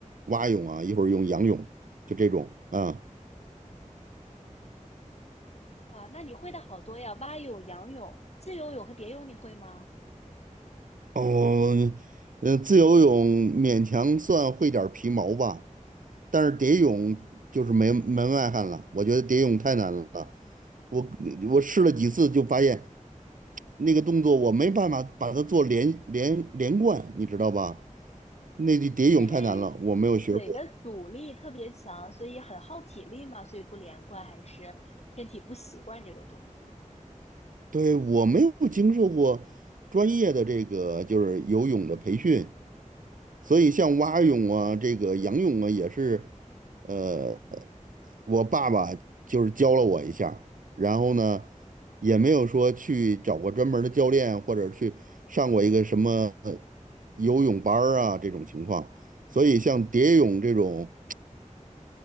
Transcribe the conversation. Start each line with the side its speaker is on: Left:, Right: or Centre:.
Right: 蛙泳啊，一会儿用仰泳，就这种啊。
Left: 哇，那你会的好多呀，蛙泳、仰泳、自由泳和蝶泳你会吗？
Right: 哦，呃，自由泳勉强算会点儿皮毛吧，但是蝶泳就是门门外汉了，我觉得蝶泳太难了。我我试了几次就发现那个动作我没办法把它做连连连贯，你知道吧？那个蝶泳太难了，
Left: 因为
Right: 我没有学过，
Left: 水的阻力特别强，所以很耗体力嘛，所以不连贯，还是身体不习惯这个动作。
Right: 对，我没有经受过专业的这个就是游泳的培训，所以像蛙泳啊，这个仰泳啊，也是，呃，我爸爸就是教了我一下儿然后呢，也没有说去找过专门儿的教练，或者去上过一个什么呃游泳班儿啊这种情况。所以像蝶泳这种，